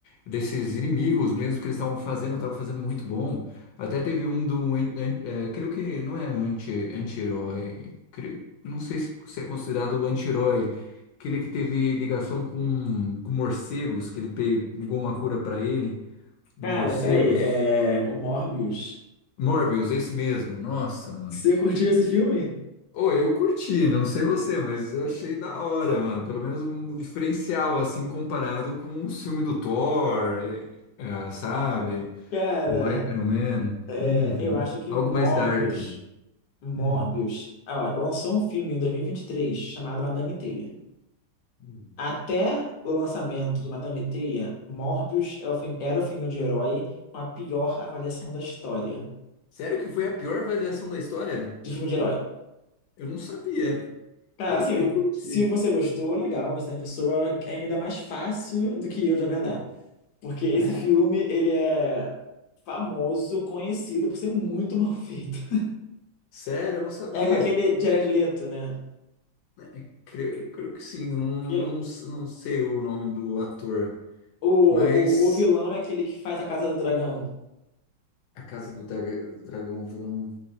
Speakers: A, on the left; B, on the left.
A: desses inimigos mesmo que eles estavam fazendo, estavam fazendo muito bom. Até teve um do an- an- é, creio que não é anti anti-herói, Cre- não sei se, se é considerado anti-herói, aquele que teve ligação com, com morcegos, que ele pegou uma cura pra ele do
B: Cara,
A: morcegos.
B: peraí, é... o Morbius.
A: Morbius, esse mesmo. Nossa, mano.
B: Você curtiu esse filme?
A: Ô, eu curti, não sei você, mas eu achei da hora, mano. Pelo menos um diferencial, assim, comparado com o filme do Thor, eh, eh, sabe?
B: Cara,
A: O Iron Man.
B: é,
A: Uhum.
B: eu acho que
A: Algo
B: Morbius,
A: mais dark.
B: Morbius,
A: Hum.
B: ah, ó, lançou um filme em 2023 chamado Madame Teia.
A: Hum.
B: Até o lançamento de Madame Teia, Morbius é o fi- era o filme de herói com a pior avaliação da história
A: Sério que foi a pior avaliação da história?
B: de filme de herói.
A: Eu não sabia.
B: Cara,
A: Eu,
B: assim,
A: eu curti.
B: se você gostou, legal, você é uma pessoa que é ainda mais fácil do que eu de agradar. Porque esse
A: É.
B: filme, ele é famoso, conhecido por ser muito mal feito. <laughs>
A: Sério, eu não sabia.
B: É com aquele Jared Leto, né?
A: É, Creio, creio que sim, eu não,
B: Ele,
A: não, não sei o nome do ator.
B: o,
A: Mas.
B: o, o vilão é aquele que faz a Casa do Dragão.
A: A Casa do Dra- Dragão Vilão.